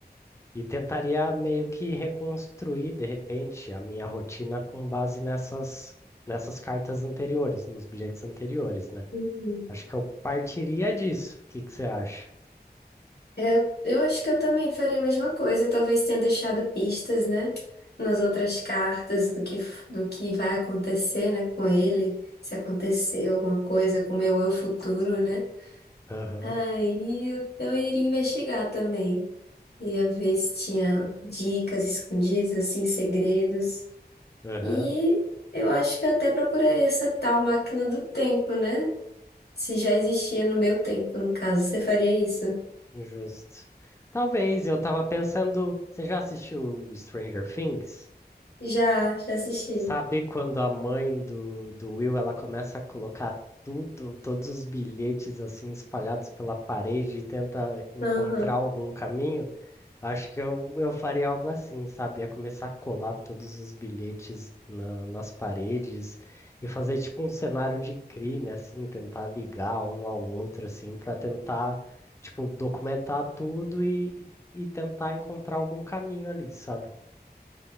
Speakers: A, on the left (about 15°); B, on the left (about 70°).
A: E tentaria meio que reconstruir, de repente, a minha rotina com base nessas, nessas cartas anteriores, nos bilhetes anteriores, né?
B: uhum.
A: Acho que eu partiria disso. O que que você acha?
B: Eu, eu acho que eu também faria a mesma coisa, talvez tenha deixado pistas, né, nas outras cartas do que, do que vai acontecer, né, com ele, se aconteceu alguma coisa com o meu eu futuro, né?
A: Aham,
B: Aí eu, eu iria investigar também. Ia ver se tinha dicas escondidas, assim, segredos.
A: aham,
B: E eu acho que eu até procuraria essa tal máquina do tempo, né? Se já existia no meu tempo, no caso, você faria isso?
A: justo. Talvez, eu tava pensando. Você já assistiu Stranger Things?
B: Já, já assisti.
A: Sabe quando a mãe do, do Will ela começa a colocar tudo, todos os bilhetes assim espalhados pela parede e tenta encontrar
B: Aham,
A: algum caminho? Acho que eu, eu faria algo assim, sabe? Ia começar a colar todos os bilhetes na- nas paredes e fazer tipo um cenário de crime, assim, tentar ligar um ao outro, assim, para tentar, tipo, documentar tudo e, e tentar encontrar algum caminho ali, sabe?